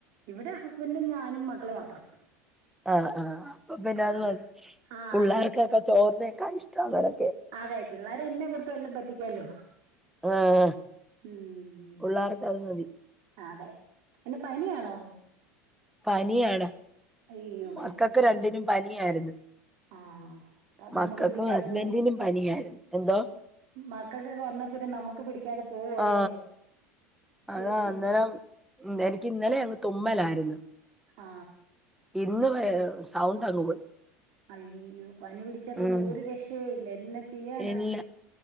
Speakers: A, on the right (about 60°); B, in the centre.
A: ഇവിടെ ഹസ്ബൻറും ഞാനും മക്കള് മാത്രം
B: ആഹ് ആഹ് അപ്പൊ പിന്നെ
A: ആഹ്
B: അത് മതി
A: ആഹ്
B: പുള്ളാർക്കക്കോ
A: അത് മതി
B: ചോ അന്നേക്ക ഇഷ്ട അവരെ
A: അതെ പിള്ളേരെ ഇന്നെ കുടുത്ത വല്ലാം പറ്റിക്കല്ലോ
B: ആഹ്
A: ഉം
B: പിള്ളേർക്ക് അത് മതി
A: അതെ എന്നാ പനിയാണോ
B: പനിയാടാ
A: അയ്യോ
B: മക്കക്ക് രണ്ടിനും പനിയായിരുന്നു
A: ആ അ
B: മക്കൾക്കും
A: നമ്മുക്ക് പിടിക്കാ
B: ഹസ്ബൻഡിനും
A: പോ
B: പനിയായിരുന്നു എന്തോ
A: മക്കൾക്കൊക്കെ വന്ന പിന്നെ നമ്മുക്ക് പി പിക്കാതെ പോവോ
B: ആ
A: അല്ലേ
B: അതാ
A: അയ്യോ
B: അന്നേരം എനിക്ക് ഇന്നലെ തുമ്മലായിരുന്നു
A: ആ
B: ഇന്ന് സൗണ്ട് അങ്ങ് പോയി
A: അയ്യോ പനി പിടിച്ചാ പിന്നെ
B: ഉം.
A: ഒരു രക്ഷയും ഇല്ല ചെയ്യാനാണ്
B: ഇല്ല